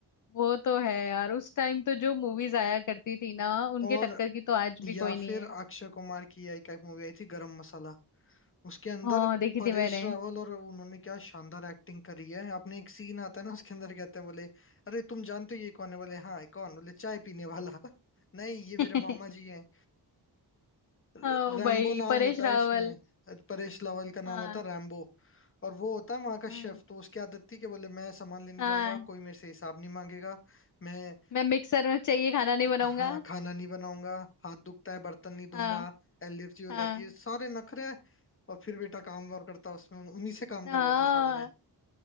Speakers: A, on the left (about 50°); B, on the left (about 30°).
A: वो तो है यार उस टाइम तो जो मूवीज आया करती थी ना उनके
B: और
A: टक्कर की तो आज भी
B: या
A: कोई
B: फिर
A: नहीं है
B: अक्षय कुमार की एक एक मूवी आई थी गरम मसाला उसके अंदर
A: हाँ देखी
B: परेश
A: थी मैंने
B: रावल और उन्होंने क्या शानदार एक्टिंग करी है आपने एक सीन आता है ना उसके अंदर कहते हैं बोले अरे तुम जानते हो ये कौन है बोले हाँ कौन बोले चाय पीने वाला <laughs> नहीं ये मेरे
A: <laughs>
B: मामा जी हैं र-
A: ओ
B: रैम्बो
A: भाई
B: नाम
A: परेश
B: होता है
A: रावल
B: उसमें परेश रावल का नाम
A: हाँ
B: होता है रैम्बो और वो होता है वहां का
A: हम्म
B: शेफ तो उसकी आदत थी कि बोले मैं सामान लेने
A: हाँ
B: जाऊंगा कोई मेरे से हिसाब नहीं मांगेगा मैं
A: मैं मिक्सर में चाहिए खाना नहीं बनाऊंगा
B: हाँ खाना नहीं बनाऊंगा हाथ दुखता है बर्तन नहीं
A: हाँ
B: धोऊंगा एलर्जी हो
A: हाँ
B: जाती है सारे नखरे हैं और फिर बेटा काम और करता उसमें उन- उन्हीं से काम
A: हाँ
B: करवाता सामने